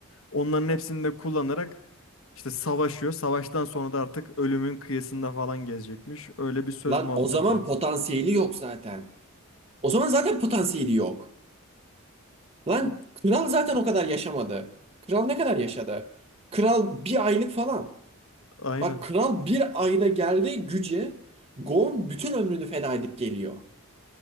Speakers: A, on the left; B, on the right.
A: Onların hepsini de kullanarak işte savaşıyor. Savaştan sonra da artık ölümün kıyısında falan gezecekmiş. Öyle bir söz
B: lan
A: muhabbeti.
B: o zaman potansiyeli yok zaten. O zaman zaten potansiyeli yok. Lan
A: <laughs>
B: kral zaten o kadar yaşamadı. Kral ne kadar yaşadı? Kral bir aylık falan.
A: Aynen.
B: Bak kral bir ayda geldi güce. Gon bütün ömrünü feda edip geliyor.